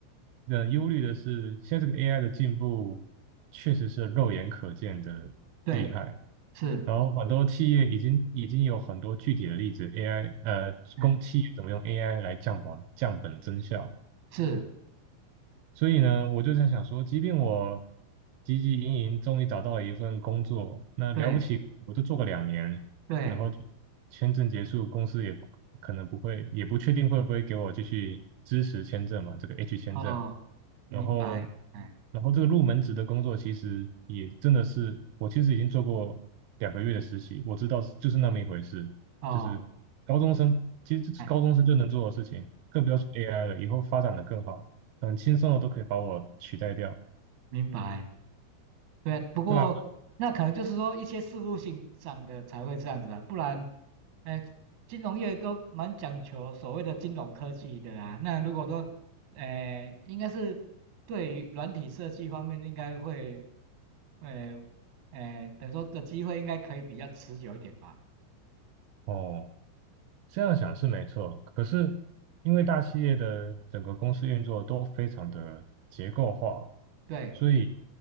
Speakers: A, on the right; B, on the right.
A: 呃忧虑的是，现在这个 AI 的进步确实是肉眼可见的厉害，
B: 对是，
A: 然后很多企业已经已经有很多具体的例子，AI 呃，
B: 嗯
A: 公企业怎么用 AI 来降本降本增效，
B: 是，
A: 所以呢，我就在想说，即便我汲汲营营，终于找到了一份工作，那了不起，
B: 对
A: 我就做个两年，
B: 对，
A: 然后签证结束，公司也可能不会，也不确定会不会给我继续支持签证嘛，这个 H 签证。
B: 哦，明白，
A: 然后，
B: 嗯
A: 然后这个入门职的工作其实也真的是，我其实已经做过两个月的实习，我知道是就是那么一回事，
B: 哦。
A: 就是高中生其实这是高中生就能做的事情，
B: 哎
A: 更不要说 AI 了，以后发展的更好，很轻松的都可以把我取代掉，
B: 明白，对啊，不过那可能就是说一些事务性上的才会这样子啊，
A: 对啊，
B: 不然，呃，金融业都蛮讲求所谓的金融科技的啊。那如果说，呃，应该是对于软体设计方面，应该会，呃，呃，等于说的机会应该可以比较持久一点吧。
A: 哦，这样想是没错，可是因为大企业的整个公司运作都非常的结构化，
B: 是对
A: 所以